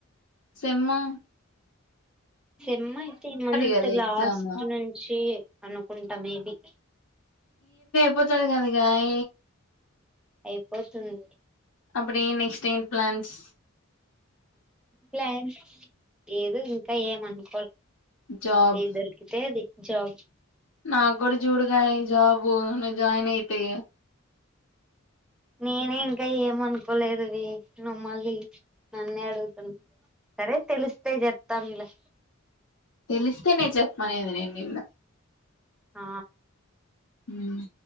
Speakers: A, on the left (about 70°); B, in the centre.
A: సేమ్మ
B: సమ్మ అయితే ఈమంత
A: కదా ఎగ్జామ్
B: లాస్ట్ నుంచి అనుకుంటా మేబి
A: ఇప్పుతున కాదు కాయ
B: అయిపోతుంది
A: అప్పుడ నెక్స్ట్ఏం ప్లాన్స్
B: ప్లాన్స్ ఏదు ఇంకా ఏమను
A: జాబ్
B: ఏ దొరికితే అది జాబ్
A: నామ్ గురి చూడగానే జాబ్ నువ్వు జాయిన్ అయితే
B: నేనే ఇంకా ఏమ్ అనుకోలేదువి నువ్వు మళ్ళి నన్నే అడుగుతున్నా సరే తెలిస్తే చెప్తానులే.
A: తెలిస్తే నేేను చెప్పమనేది నేను నిన్న
B: ఆ
A: హ్మ్